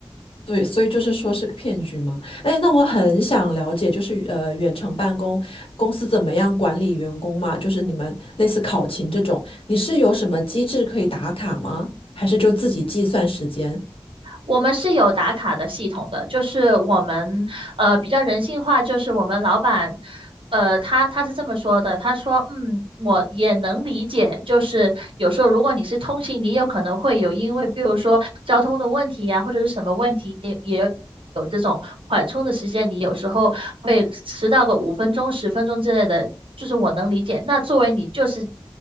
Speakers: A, on the left; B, on the right.
A: 对，所以就是说是个骗局嘛。哎，那我很想了解，就是呃，远程办公公司怎么样管理员工嘛？就是你们类似考勤这种，你是有什么机制可以打卡吗？还是就自己计算时间？
B: 我们是有打卡的系统的，就是我们呃比较人性化，就是我们老板呃他他是这么说的，他说嗯我也能理解，就是有时候如果你是通勤，你有可能会有因为比如说交通的问题呀、或者是什么问题也也。有这种缓冲的时间，你有时候会迟到个五分钟、十分钟之类的，就是我能理解。那作为你就是